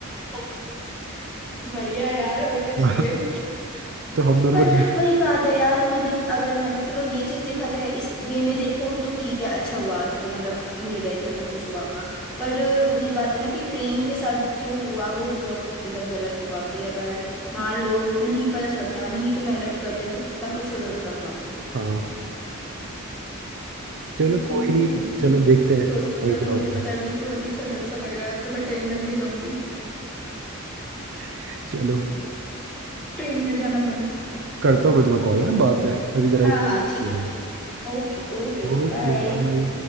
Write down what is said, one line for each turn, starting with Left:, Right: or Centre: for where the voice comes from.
Centre: <laughs> बढ़िया यार और क्या चाहिए
Right: हाँ, तो हम दोनों
Centre: पर
Right: को दस-
Centre: वही बात है यार मतलब अगर मतलब चलो ये चीज देखा जाए इस वे में देखो तो ठीक है अच्छा हुआ जो मतलब मिल गया इतना सब कुछ हुआ पर वही बात है ना कि ट्रेन के साथ जो हुआ वो बहुत मतलब गलत हुआ कि अगर मान लो नहीं पता चलता नहीं तो मैं अलर्ट करते तो कितना कुछ हो सकता था
Right: हाँ चलो
Centre: हम्म,
Right: कोई नहीं
Centre: ये
Right: चलो
Centre: ये
Right: देखते
Centre: स्टोरी
Right: हैं
Centre: सुनकर
Right: अभी क्या
Centre: तो मुझे
Right: होता है
Centre: पता नहीं क्यों अजीब सा डर सा लग रहा है अब तो मैं ट्रेन में भी नहीं जाऊंगी
Right: <laughs> चलो
Centre: ट्रेन में जाना बंद
Right: करता हूँ मैं तुम्हें कॉल है बाद में अभी जरा
Centre: हाँ
Right: एक
Centre: हाँ ठीक
Right: हो
Centre: है
Right: गए
Centre: ठीक है ओके ओके ओके
Right: Okay
Centre: बाय
Right: bye